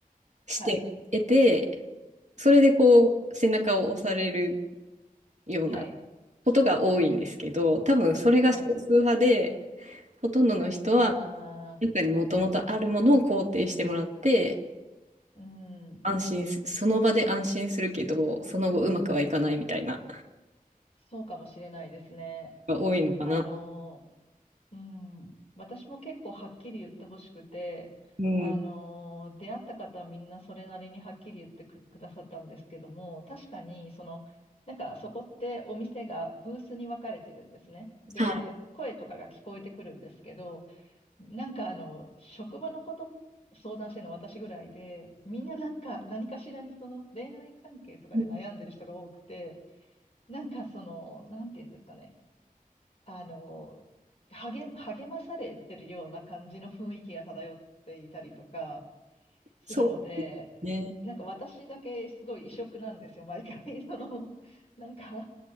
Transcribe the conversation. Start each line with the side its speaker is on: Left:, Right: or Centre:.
Right: 視点を得て、
Left: はい、
Right: それでこう背中を押されるような
Left: はい、
Right: ことが多いんですけど、多分それが少数派で、
Left: はい。
Right: ほとんどの人は
Left: ああ、
Right: 中にもともとあるものを肯定してもらって、
Left: うん、
Right: 安心す、その場で安心するけど、その後うまくはいかないみたいな、
Left: そうかもしれないですね。
Right: が多いのかな。
Left: あのうん、私も結構はっきり言ってほしくて、
Right: うん。
Left: あのー出会った方はみんなそれなりにはっきり言ってく、くださったんですけども、確かに、その、なんかそこってお店がブースに分かれてるんですね。で、
Right: は
Left: 声とかが聞こえてくるんですけど、なんかあの、職場のこと相談してるの私ぐらいで、みんななんか何かしらにその恋愛関係とかで悩んでる人が多くて、
Right: い。うん
Left: なんかその、なんて言うんですかね。あの、励、励まされてるような感じの雰囲気が漂っていたりとかするので、
Right: そうね。
Left: なんか私だけすごい異色なんですよ、毎回。<laughs> その、<laughs> なんか、